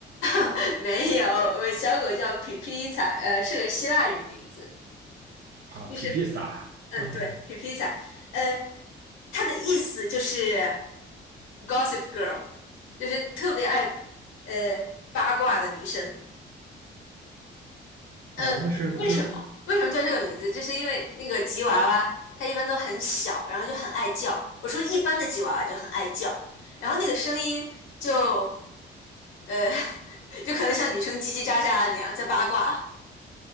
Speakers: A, on the left; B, on the right.
A: <laughs> 没有，我小狗叫皮皮塔，呃，是个希腊语名字，
B: 啊，皮皮萨啊，
A: 就是嗯，对，皮皮塔，呃，它的意思就是 Gossip Girl，就是特别爱呃八卦的女生。呃，
B: 哦，那是不是？
A: 为什么？为什么叫这个名字？就是因为那个吉娃娃，它一般都很小，然后就很爱叫。我说一般的吉娃娃就很爱叫，然后那个声音就呃，<laughs> 就可能像女生叽叽喳喳的那样在八卦。